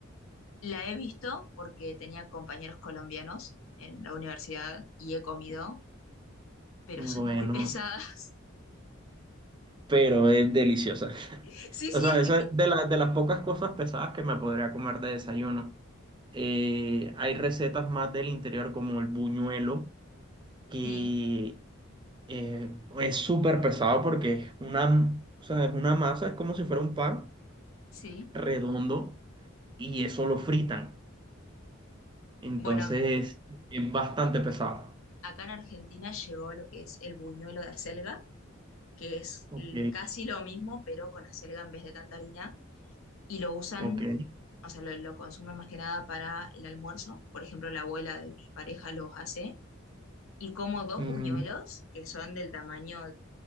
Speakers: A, on the left; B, on the right.
A: La he visto porque tenía compañeros colombianos en la universidad y he comido, pero
B: Bueno,
A: son muy pesadas.
B: pero es deliciosa. <laughs>
A: <laughs> Sí, sí,
B: O sea,
A: es riquísimo.
B: esa es de, la- de las pocas cosas pesadas que me podría comer de desayuno. Eh, hay recetas más del interior como el buñuelo, que
A: Sí,
B: eh, es súper pesado porque es una, o sea, es una masa, es como si fuera un pan
A: sí.
B: redondo y eso lo fritan. Entonces,
A: Bueno,
B: es bastante pesado.
A: acá en Argentina llegó lo que es el buñuelo de acelga, que es
B: Ok,
A: l- casi lo mismo, pero con acelga en vez de tanta harina, y lo usan,
B: ok.
A: o sea, lo, lo consumen más que nada para el almuerzo. Por ejemplo, la abuela de mi pareja los hace, y como dos
B: Mm,
A: buñuelos que son del tamaño